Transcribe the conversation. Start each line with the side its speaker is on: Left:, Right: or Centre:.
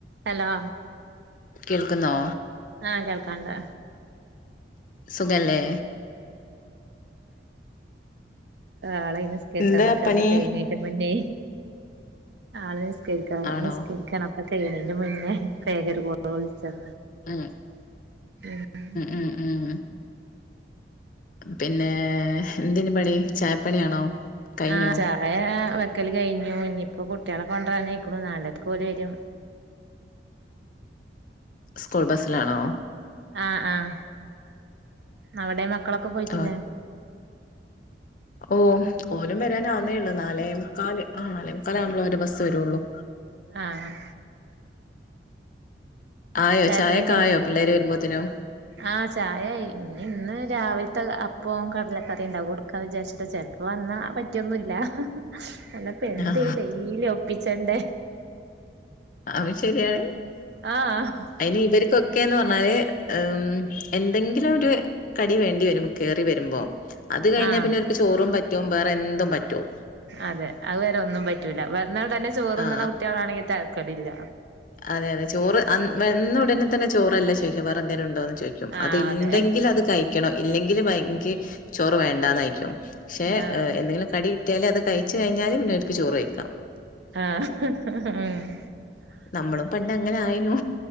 Right: ഹലോ
Left: കേൾക്കുന്നോ
Right: ആഹ് കേൾക്കാണ്ട്
Left: സുഖല്ലേ
Right: ആളെന് സ്കെച്ചാ
Left: എന്താ
Right: നക്കാപ്പ
Left: പണി
Right: കഴണീട്ടപ്പന്നെ ആള് നിസ്കരിക്ക
Left: ആണോ
Right: നിസ്കരിക്കാണപ്പ കഴിണന്റെ മുന്നേ കൈകറി ആഹ്
Left: ഉം
Right: ഉം
Left: ഉം ഉം ഉം പിന്നെ എന്തിന് പണി ചായപ്പണിയാണോ കഴിഞ്ഞോ
Right: ആഹ് ചായ വക്കല് കഴിഞ്ഞു ഇനിയിപ്പോ കുട്ടികളെ കൊണ്ടുവരന്നക്കണു നാലരയ്ക്ക് ഓര് വരും
Left: സ്കൂൾ ബസിലാണോ
Right: ആഹ് ആഹ് അവിടെ മക്കളൊക്കെ പോയിട്ടില്ല
Left: ആ ഓ ഓനും വരാൻ ആന്നേള്ളൂ നാലേമുക്കാല് ആ നാലേമുക്കാലാവുമ്പോളെ ഓന്റെ ബസ്സ് വരുള്ളു
Right: ആഹ് ആഹ്
Left: ആയോ
Right: ചായപ്പണിയൊക്കെ
Left: ചായൊക്കെ
Right: കഴിഞ്ഞോ
Left: ആയോ പിള്ളേര് വരുമ്പോത്തിനും
Right: ആഹ് ചായ ഇന്ന് ഇന്ന് രാവിലത്തെ അപ്പവും കടലക്കറിയും ഉണ്ടാവും കൊടുക്കാ വിചാരിച്ചിട്ട് ചെലപ്പോ വന്നാ പറ്റിയൊന്നുമില്ല അല്ലപ്പ എന്താ
Left: ആ
Right: ഈ ഡെയ്ലി ഒപ്പിച്ചണ്ട
Left: അവ ശരിയാണ്
Right: ആഹ്
Left: അതിന് ഇവർക്കൊക്കെന്ന് പറഞ്ഞാല് ഉ എന്തെങ്കിലും ഒരു കടി വേണ്ടി വരും കയറി വരുമ്പോ അത് കഴിഞ്ഞാൽ
Right: ആഹ്
Left: പിന്നെർക്ക് ചോറും പറ്റും വേറെ എന്തും പറ്റും
Right: അതെ അവരെ ഒന്നും പറ്റൂല. വന്നാൽ തന്നെ ചോറ്ന്ന്ണെ
Left: ആ
Right: കുട്ട്യാളാണങ്കി തെരക്കെടില്ല.
Left: അതെ അതെ ചോറ് അന്ന് വെന്ന ഉടനെ തന്നെ ചോറല്ലേ വേറെ എന്തേലുണ്ടോന്ന് ചോയ്ക്കും.
Right: ആഹ്
Left: അത്
Right: അതെ
Left: ണ്ടെങ്കിലത് ണോ ഇല്ലെങ്കിൽ ഭയക്ക് ചോറ് വേണ്ടാന്നായിക്കും പക്ഷേ
Right: ആഹ്
Left: എന്തെങ്കിലും കടി പറ്റിയാലല് അത് കഴിച്ച് കഴിഞ്ഞാല് പിന്നോൽക്ക് ചോറ് കയ്ക്കാം.
Right: ആഹ്
Left: നമ്മളും പണ്ട് അങ്ങനെ ആയ്നു